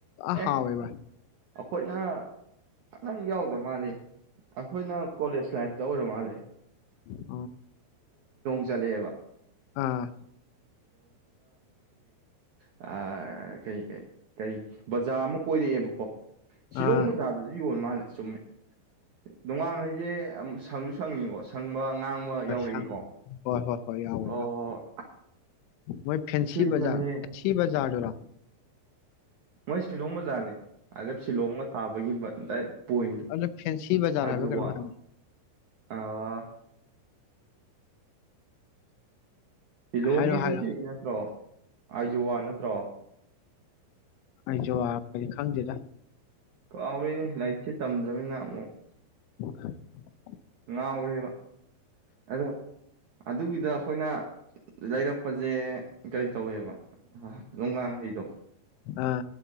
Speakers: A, on the left; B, on the right.
A: ꯑꯥ
B: ꯑꯦ
A: ꯍꯥꯎꯋꯦ ꯚꯥꯏ
B: ꯑꯩꯈꯣꯏꯅ ꯑ ꯅꯪ ꯌꯥꯎꯗ ꯃꯥꯜꯂꯤ ꯑꯩꯈꯣꯏꯅ ꯀꯣꯂꯦꯖ ꯂꯥꯏꯐꯇ ꯑꯣꯏꯔ ꯃꯥꯜꯂꯦ
A: ꯎꯝ
B: ꯖꯂꯦꯕ
A: ꯑꯥ
B: ꯑ ꯀꯩ ꯀꯔꯤ ꯕꯖꯥꯔ ꯑꯃ ꯀꯣꯏꯔꯛꯑꯦꯕꯀꯣ ꯁꯤꯂꯣꯡ
A: ꯑꯥ
B: ꯕꯖꯥꯔꯗꯁꯨ ꯌꯣꯟ ꯃꯥꯜꯂꯦ ꯁꯨꯝꯃꯦ ꯅꯣꯡꯉꯥꯡ ꯍꯥꯏꯩꯁꯦ ꯁꯪꯁꯨ ꯁꯪꯉꯤꯀꯣ ꯁꯪꯕ ꯑ ꯉꯥꯡꯕ ꯌꯥꯎꯔꯛꯏꯀꯣ
A: ꯁꯪ ꯍꯣꯏ ꯍꯣꯏ ꯍꯣꯏ ꯌꯥꯎꯋꯦ
B: ꯑꯣ
A: ꯌꯥꯎꯋꯦ ꯃꯣꯏ ꯐꯦꯟꯁꯤꯖ
B: ꯊꯤꯟꯕꯅꯦꯍꯦ
A: ꯐ ꯖꯗꯔ
B: ꯃꯣꯏ ꯁꯤꯂꯣꯡ ꯕꯖꯥꯔꯅꯦ ꯑꯗ ꯁꯤꯂꯣꯡꯒ ꯊꯥꯕꯒꯤ ꯄꯣꯏꯟꯗꯣ
A: ꯑꯣ ꯐꯦꯟꯁꯤ ꯖꯥ
B: ꯑꯥꯏꯖꯣꯋꯥ
A: ꯍꯥꯏꯕꯔ
B: ꯑꯥ ꯂꯤꯂꯣꯡꯒꯤꯗꯤ
A: ꯍꯥꯏꯔꯣ ꯍꯥꯏꯔꯣ
B: ꯀꯩ ꯅꯠꯇ꯭ꯔꯣ ꯑꯥꯏꯖꯋꯥ ꯅꯠꯇ꯭ꯔꯣ
A: ꯑꯩꯁꯨ ꯈꯪꯗꯦꯗ
B: ꯀꯥꯎꯋꯦꯅꯦ ꯂꯥꯏꯔꯤꯛꯁꯦ ꯇꯝꯗ꯭ꯔꯃꯤꯅꯤꯅ ꯑꯃꯨꯛ
A: ꯑꯣꯦ
B: ꯉꯥꯎꯔꯦꯕ ꯑꯗꯣ ꯑꯗꯨꯒꯤꯗ ꯑꯩꯈꯣꯏꯅ ꯂꯩꯔꯛꯄꯁꯦ ꯀꯔꯤ ꯇꯧꯋꯦꯕ ꯑ ꯣꯡ ꯉꯥꯡꯍꯩꯗꯣ
A: ꯑꯥ